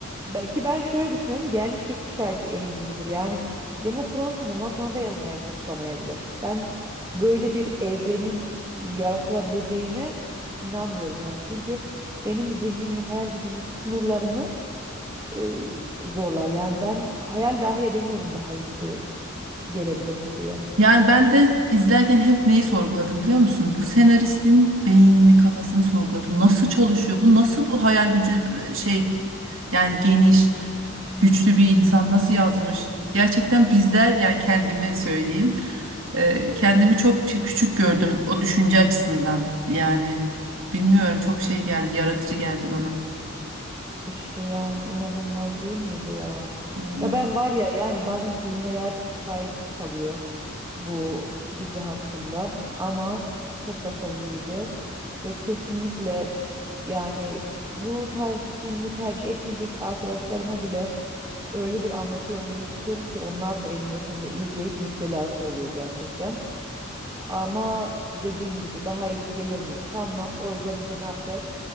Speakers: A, on the right; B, on the right.
A: Belki ben şöyle düşünüyorum. Gelmiş geçmiş belki en iyi dizidir. Yani Game of Thrones'un bundan sonra da yanına yaklaşılamayabilir. Ben böyle bir evrenin yaratılabileceğine inanmıyorum yani. Çünkü benim zihnimin, hayal gücümün sınırlarını e, zorlar. Yani ben hayal dahi edemiyorum daha iyisi gelebilir mi diye.
B: Yani ben de izlerken hep neyi sorguladım biliyor musun? Bu senaristin beynini, kafasını sorguladım. Nasıl çalışıyor? Bu nasıl bu hayal gücü e, şey yani geniş, güçlü bir insan nasıl yazmış? Gerçekten bizler yani kendimi söyleyeyim. e, kendimi çok şey- küçük gördüm o düşünce açısından. Yani bilmiyorum çok şey geldi, yaratıcı geldi bana.
A: İşte yani inanılmaz değil miydi ya?
B: Aynen.
A: Ya ben var ya yani bazen kelimeler kifayetsiz kalıyor bu dizi hakkında ama çok başarılıydı ve kesinlikle yani bu tarz filmi tercih etmeyecek arkadaşlarıma bile öyle bir anlatıyorum ve izletiyorum ki onlar da eninde sonunda izleyip müptelası oluyor gerçekten. Ama dediğim gibi daha iyisi gelir mi sanmam. O yüzden bize ne yapacağız?